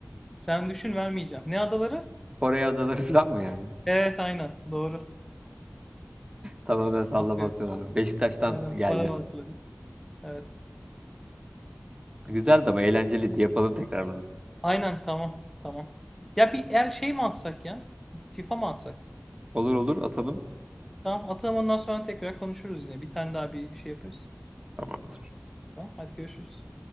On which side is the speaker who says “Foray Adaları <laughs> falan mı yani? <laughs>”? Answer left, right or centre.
Right